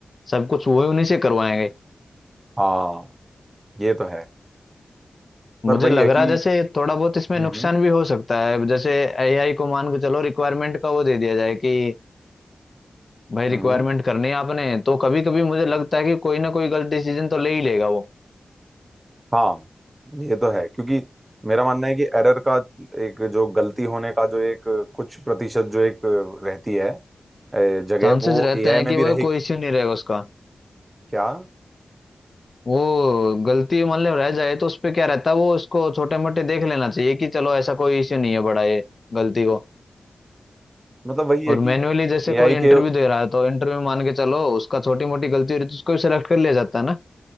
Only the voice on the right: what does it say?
हाँ ये तो है पर
वही
है कि
हम्म
हम्म
हम्म,
हाँ ये तो है क्योंकि मेरा मानना है कि एरर का एक जो गलती होने का जो एक कुछ प्रतिशत जो एक रहती है ए, जगह
वो
एआई
में
भी रहेगी
क्या
मतलब वही है
कि
एआई
के